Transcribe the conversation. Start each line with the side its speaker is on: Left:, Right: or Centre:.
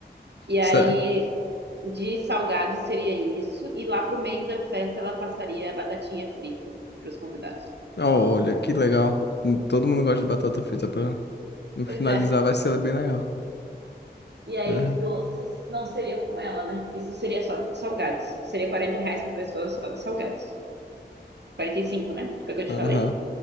Right: E aí,
Left: Certo.
Right: de salgado seria isso. E lá pro meio da festa, ela passaria batatinha frita pros convidados.
Left: Ó, olha, que legal. Todo mundo gosta de batata frita pra no finalizar
Right: Pois é.
Left: vai ser bem legal.
Right: E aí,
Left: Aham,
Right: de doces, não seria com ela, né? Isso seria só de salgados. Seria 40 reais por pessoa só de salgados. 45, né? Foi o que eu te
Left: aham.
Right: falei?